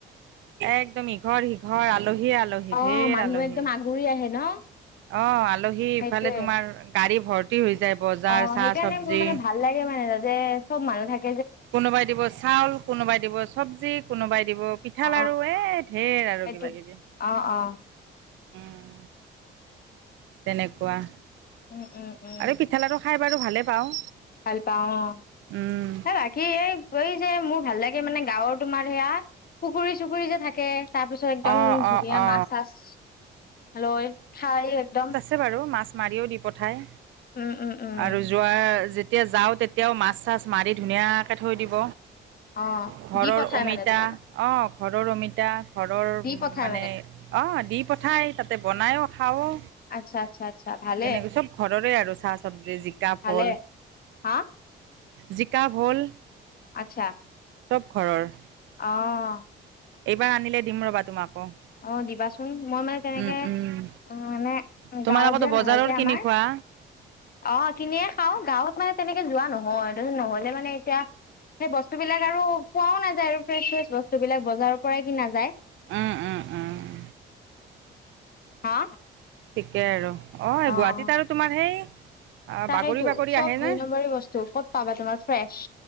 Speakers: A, on the right; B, on the left.
A: একদম ইঘৰ সিঘৰ আলহীয়ে আলহী।
B: অ
A: ঢেৰ
B: মানুহ
A: আলহী
B: একদম আগুৰি আহে ন।
A: অ, আলহী
B: সেইটোয়ে
A: ইফালে তোমাৰ গাড়ী ভৰ্তি হৈ যায় বজাৰ
B: অ',
A: চাহ
B: সেইকাৰণে
A: চবজি।
B: মোৰ মানে ভাল লাগে মানে তাতে চব মানুহ থাক-
A: কোনোবাই দিব চাউল কোনোবাই দিব চবজি কোনোবাই দিব পিঠা
B: অ',
A: লাৰু এ ঢেৰ আৰু
B: সেইটো
A: কিবা কিবি।
B: অ অ
A: উম তেনেকুৱা
B: উম উম। উম,
A: আৰু পিঠা লাড়ু খাই বাৰু ভালেই পাওঁ।
B: ভাল পাওঁ অ,
A: উম
B: হ ৰাইক সি এই এই যে মোৰ ভাল লাগে মানে গাঁৱৰ তোমাৰ সেয়া পুখুৰী চুখুৰী যে থাকে। তাৰ পিছত একদম
A: অ
B: ধুনীয়া
A: অ অ
B: মাছ চাছ লৈ খাই একদম
A: ছে বাৰু মাছ মাৰিও দি পঠায়।
B: উম উম উম।
A: আৰু যোৱা যেতিয়া যাও তেতিয়াও মাছ চাছ মাৰি ধুনীয়াকে থৈ দিব।
B: অ'।
A: ঘৰৰ
B: দি পঠাই
A: অমিতা,
B: মানে তোমালোক
A: অ ঘৰৰ অমিতা ঘৰৰ
B: দি পঠাই
A: মানে অঁ দি পঠাই তাতে বনায়ো খাওঁ।
B: আচ্ছা আচ্ছা আচ্ছা ভাল।
A: তেনেকৈ চব ঘৰৰে আৰু চাহ চবজি জিকা
B: ভালে
A: ফল
B: হা?
A: জিকা, ভো'ল।
B: আচ্ছা।
A: চব ঘৰৰ।
B: অঁ।
A: এইবাৰ আনিলে দিম ৰবা তোমাকো।
B: অ দিবাচোন, মই মানে তেনেকে
A: উম, উম,
B: উ মানে
A: তোমালোকতো
B: গাঁৱত যোৱা
A: বজাৰৰ
B: নহয় যে
A: কিনি
B: আমাৰ।
A: খোৱা।
B: অ কিনিয়ে খাও, গাঁৱত মানে তেনেকে যোৱা নহয়, তছত নহলে মানে এতিয়া সেই বস্তু বিলাক। আৰু পোৱাও নাযায় আৰু ফ্ৰেছ ফ্ৰেছ বস্তু বিলাক বজাৰৰ পৰাই কিনাা যায়।
A: উম, উম, উম।
B: হা।
A: ঠিকে আৰু অ
B: অ',
A: গুৱাহাটীত আৰু তোমাৰ সেই আহ,
B: তাকেইতো
A: বাগৰি বাগৰি
B: চব
A: আহে
B: দুই
A: নে?
B: নম্বৰী বস্তু, ক'ত পাবা তোমাৰ ফ্ৰেছ